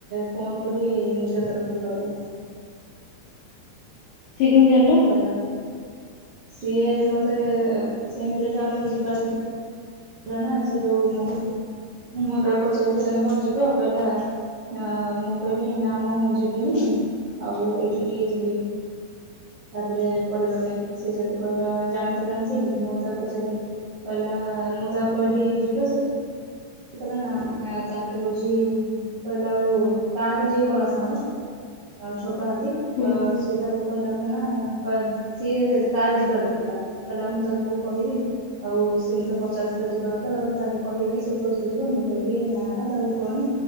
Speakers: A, on the right; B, on the left.
A: ଫୋନ କରି ନିଜ ତରଫରୁ କହିଲା।
B: ସେ କେମିତି ଜାଣିଲା?
A: କହିଲା ସିଏ ମତେ ସେମିତିରେ ବି ଆମର ଯିବାର ଥିଲା ହେଲା ନା ସେ ଯୋଉ ମହ ମୁଁ ତ ପଚାରିଲି ତମେ କଣ ଯିବ? କହିଲା ଆ ମୁଁ କହିଲି ନା ମୁଁ ଯିବିନି ଆଉ ଏଇଠି ଟିକେ ଯିବି। ତାପରେ ପରିବା ପାଇଁ ସେ ସେଇଠୁ କହିଲା ଜାଣିଥିଲା ନା ସେଇଠୁ ମୁଁ ତାକୁ ପଚାରିଲି କହିଲା ମୁଁ ମୁଁ ତାକୁ କହିଲି ଯିବା ସେ କହିଲା ନା ତାପରେ ହଉଛି କହିଲା ଆଉ ତାର ଯିଏ କଳା ସାଙ୍ଗ ଛୋଟ ହାତୀ
B: ହୁଁ
A: ତ ସିଏ ତାକୁ କହିଲା କହ ନା ସିଏ ତାର ଯିବାର ଥିଲା। କହିଲା ମୁଁ ତାକୁ କହିବି ଆଉ ସିଏ ମତେ ପଚାରିଥିଲା ଯିବା କଥା ତାକୁ କହିବି କି ସେ ତୋ ସହିତ ଯିବ। ମୁଁ କହିଲି ନା ନା ତାକୁ କୁହନି